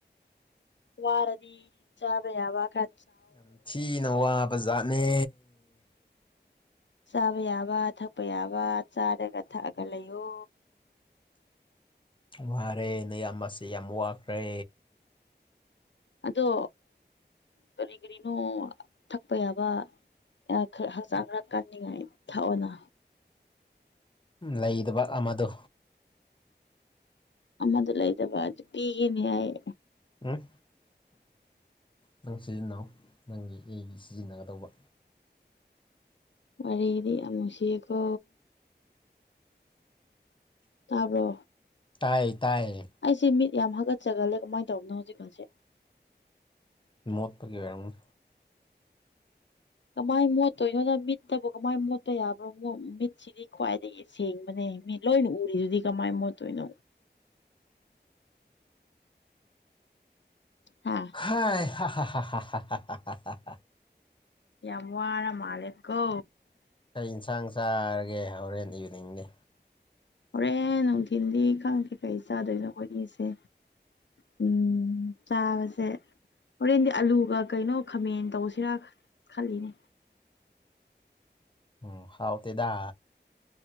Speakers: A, on the left (about 85°); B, on the left (about 25°).
A: ꯋꯥꯔꯗꯤ ꯆꯥꯕ ꯌꯥꯕ ꯈ꯭ꯔ
B: ꯌꯥꯝ ꯊꯤꯅ ꯋꯥꯕ ꯖꯥꯠꯅꯦ
A: ꯆꯥꯕ ꯌꯥꯕ ꯊꯛꯄ ꯌꯥꯕ ꯆꯥꯔꯒ ꯊꯛꯑꯒ ꯂꯩꯌꯣ
B: ꯋꯥꯔꯦ ꯅꯌꯥꯝꯕꯁꯦ ꯌꯥꯝ ꯋꯥꯈ꯭ꯔꯦ
A: ꯑꯗꯣ ꯀꯔꯤ ꯀꯔꯤꯅꯣ ꯊꯛꯄ ꯌꯥꯕ ꯈꯔ ꯍꯛꯆꯥꯡ ꯈꯔ ꯀꯟꯅꯤꯡꯉꯥꯏ ꯊꯛꯑꯣꯅ
B: ꯂꯩꯗꯕ ꯑꯃꯗꯣ
A: ꯑꯃꯗꯣ ꯂꯩꯇꯕ ꯑꯗꯨ ꯄꯤꯒꯦꯅꯦ ꯑꯩ
B: ꯎꯝ ꯅꯪ ꯁꯤꯖꯤꯟꯅꯧ ꯅꯪꯒꯤ ꯑꯩꯒꯤ ꯁꯤꯖꯤꯟꯅꯒꯗꯧꯕ
A: ꯋꯥꯔꯤꯗꯤ ꯌꯥꯝ ꯅꯨꯡꯁꯤꯌꯦꯀꯣ ꯇꯥꯕ꯭ꯔꯣ
B: ꯇꯥꯏ ꯇꯥꯏ
A: ꯑꯩꯁꯦ ꯃꯤꯠ ꯌꯥꯝ ꯍꯥꯒꯠꯆꯒꯜꯂꯦ ꯀꯃꯥꯏ ꯇꯧꯕꯅꯣ ꯍꯧꯖꯤꯛꯀꯥꯟꯁꯦ
B: ꯃꯣꯠꯄꯒꯤ ꯑꯣꯏꯔꯝꯒꯅꯤ
A: ꯀꯃꯥꯏ ꯃꯣꯠꯇꯣꯏꯅꯣꯗ ꯃꯤꯠꯇꯕꯨ ꯀꯃꯥꯏ ꯃꯣꯠꯄ ꯌꯥꯕ꯭ꯔꯣ ꯃ‌ꯣꯏ ꯃꯤꯠ ꯁꯤꯗꯤ ꯈ꯭ꯋꯥꯏꯗꯒꯤ ꯁꯦꯡꯕꯅꯦ ꯃꯤ ꯂꯣꯏꯅ ꯎꯔꯤꯗꯨꯗꯤ ꯀꯃꯥꯏ ꯃꯣꯠꯇꯣꯏꯅꯣ ꯍꯥ
B: ꯍꯥꯏ ꯍꯥ ꯍꯥ ꯍꯥ ꯍꯥ ꯍꯥ ꯍꯥ ꯍꯥ ꯍꯥ ꯍꯥ
A: ꯌꯥꯝ ꯋꯥꯔ ꯃꯥꯜꯂꯦꯀꯣ
B: ꯀꯩ ꯏꯟꯁꯥꯡ ꯆꯥꯔꯒꯦ ꯍꯣꯔꯦꯟ ꯏꯚꯤꯅꯤꯡꯗꯤ
A: ꯍꯣꯔꯦꯟ ꯅꯨꯡꯊꯤꯜꯗꯤ ꯈꯪꯗꯦ ꯀꯩ ꯆꯥꯗꯣꯏꯅꯣ ꯑꯩꯈꯣꯏꯅꯤꯁꯦ ꯎꯝ ꯆꯥꯕꯁꯦ ꯍꯣꯔꯦꯟꯗꯤ ꯑꯂꯨꯒ ꯀꯩꯅꯣ ꯈꯥꯃꯦꯟ ꯇꯧꯁꯤꯔꯥ ꯈꯜꯂꯤꯅꯦ
B: ꯑꯣ ꯍꯥꯎꯇꯦꯗꯥ